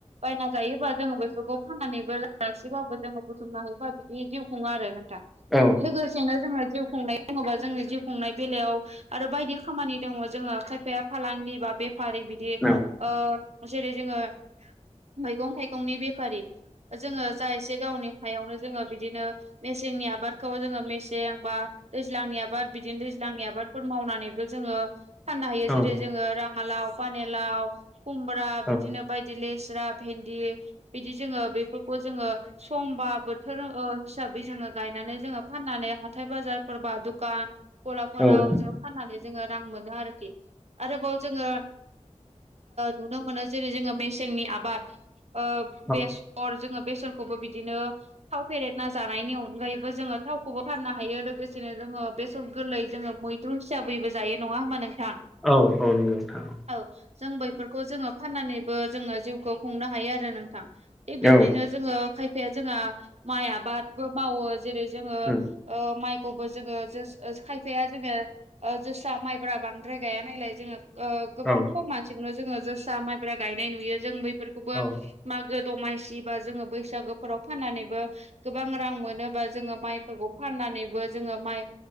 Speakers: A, on the right; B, in the centre.
A: बायना जायो। जोङो बेसोरखौ फाननानैबो लासेबाबो जोङो बुथुमनो हायोबा बिदि जिउ खुङो आरो नोंथां लोगोसेनो
B: औ
A: जोंहा जिउ खुंनाय बुङोबा जोंनि जिउ खुंनाय बेलायाव आरो बायदि खामानि दङ जोङो खायफाया फालांगि बा बेफारि बिदि
B: नंगौ
A: ओ जेरै जोङो मैगं थाइगंनि बेफारि जोङो जा एसे गावनि हायावनो जोङो बिदिनो मेसेंनि आबादखौ जोङो मेसें बा दैज्लांनि आबाद बिदिनो दैज्लांनि आबाद फोर मावनानैबो जोङो फाननो हायो जेरै
B: औ
A: जोङो राङालाव पानिालाव खुमब्रा
B: औ
A: बिदिनो बाय बिदि लेस्रा भेन्दि बिदि जोङो बेफोरखौ जोङो समबा बोथोर हिसाबै जोङो गायनानै जोङो फाननानै हाथाय बाजारफोरबा दुखान गलाफोराव
B: औ
A: जोो फाननानै जोङो रां मोनो आरोखि आरोबाव जोङो नुनो मोनो जेरै जोङो मेसेंनि आबाद ओ
B: नंगौ
A: बेस सर जोङो बेसरखौबो बिदिनो थाव फेरेेरना जानायनि अनगायैबो जोङो थावखौबो फाननो हायो लोगोसेनो जोङो बेसर गोरलै जोङो मै द्रु हिसाबैबो जायो नङा होमबा नोंथां
B: औ औ औ नोंगौ नोंथां औ
A: औ जों बैफोरखौ जोङो फाननानैबो जोङो जिउखौ खुंनो हायो आरो नोंथां थिग बिब्दिनो
B: औ
A: जोङो खायफाया जोंहा माइ आबादबो मावो जेरै जोङो
B: उम
A: माइखौबो जोङो जोस खायफाया जोङो ओ जोसा माइब्रा बांद्राय गाया नायलाय जोङो ओ गोबां
B: औ
A: खम मानसिखौनो जोङो जोसा माइफ्रा गायनाय नुयो जों बैफोरखौ
B: <unintelligible>
A: मागो दमासि बा जोङो बैसागोफोराव फाननानैबो गोबां रां मोनोबा जोङो माइफोरखौ फाननानैबो जोङो माइ